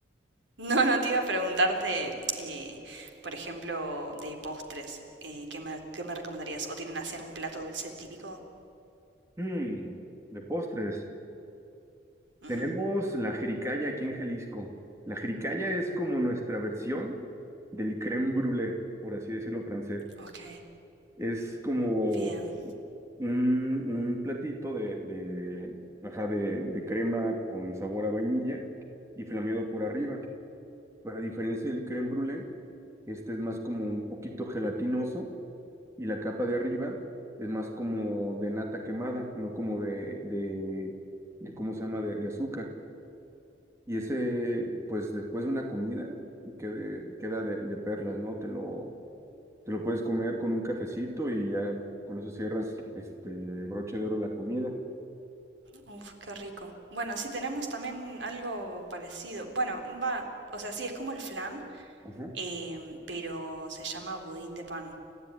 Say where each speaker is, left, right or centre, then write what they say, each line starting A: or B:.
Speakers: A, on the right (about 85°); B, on the right (about 15°).
A: No, no te iba a preguntarte, eh, por ejemplo, de postres, eh, ¿qué me, qué me recomendarías? ¿O tienen así algún plato dulce típico?
B: Mm, de postres.
A: Ujú,
B: Tenemos la jericaya aquí en Jalisco. La jericaya es como nuestra versión del crème brûlée, por así decirlo francés.
A: Ok,
B: Es como
A: bien.
B: un, un platito de, de, ajá, de, de crema con sabor a vainilla y flameado por arriba. Pero a diferencia del crème brûlée, este es más como un poquito gelatinoso y la capa de arriba es más como de nata quemada, no como de, de, de ¿cómo se llama?, de de azúcar. Y ese, pues después de una comida, quede- queda de, de perlas, ¿no? Te lo, te lo puedes comer con un cafecito y ya con eso cierras este broche de oro la comida.
A: Uf, qué rico. Bueno, sí tenemos también algo parecido. Bueno, va, o sea, sí, es como el flan,
B: Ajá,
A: em, pero se llama budín de pan,